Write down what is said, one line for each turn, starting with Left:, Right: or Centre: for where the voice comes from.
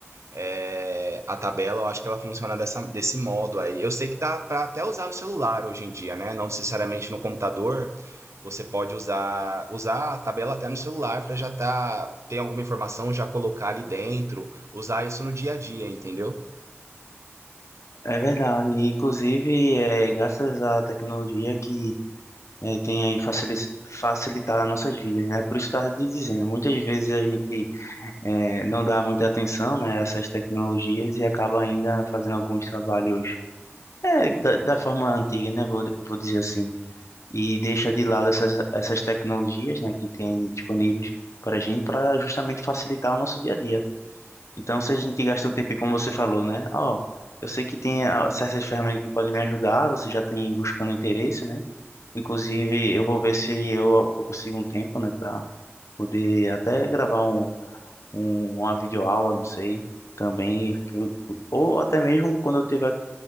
Right: Eh, a tabela, eu acho que ela funciona dessa, desse modo aí. Eu sei que dá para até usar no celular hoje em dia, né? Não necessariamente no computador. Você pode usar, usar a tabela até no celular para já tá, ter alguma informação, já colocar ali dentro, usar isso no dia a dia, entendeu?
Left: É verdade, e, inclusive é graças à tecnologia que é, tem aí facili facilitar as nossas vidas, né? Por isso estava dizendo, muitas vezes a gente é, não dá muita atenção, né, a essas tecnologias e acaba ainda fazendo alguns trabalhos é, da, da forma antiga, né? Vou, vou dizer assim. e deixa de lado essas, essas tecnologias, né, que tem disponíveis para a gente para justamente facilitar o nosso dia a dia. Então, se a gente gasta um tempo, como você falou, né? Ó, eu sei que tem ah, certas ferramentas que podem me ajudar, você já tem buscando interesse, né? Inclusive, eu vou ver se eu, eu consigo um tempo, né, para poder até gravar um, um, uma videoaula, não sei, também, que eu- ou até mesmo quando eu tiver